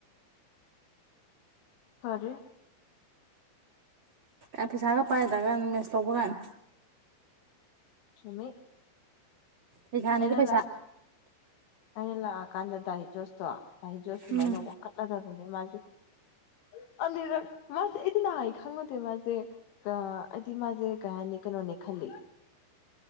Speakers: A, on the left (about 75°); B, on the right (about 60°).
A: ꯐꯥꯔꯦ
B: ꯑꯦ ꯄꯩꯁꯥꯒ ꯄꯥꯏꯗ꯭ꯔꯒ <unintelligible> ꯀꯥꯏꯅ
A: ꯆꯨꯝꯃꯤ
B: ꯄꯩꯁꯥꯅꯦꯁꯨ
A: ꯑꯩꯅ
B: ꯄꯩꯁꯥ
A: ꯂ ꯑꯩꯅ ꯂꯥꯛꯑꯀꯥꯟꯗ ꯗꯥ ꯍꯤꯖꯣꯁꯇꯣ ꯗꯥꯍꯤ ꯖꯣꯁꯇꯨꯃꯥꯏꯅ
B: ꯎꯝ
A: <unintelligible> ꯃꯥꯁꯦ ꯑꯩꯗꯤ ꯅꯍꯥꯟ ꯈꯪꯉꯨꯗꯦ ꯃꯥꯁꯦ ꯑ ꯑꯩꯗꯤ ꯃꯥꯁꯦ ꯀꯩ ꯍꯥꯏꯅꯤ ꯀꯩꯅꯣꯅꯤ ꯈꯜꯂꯤ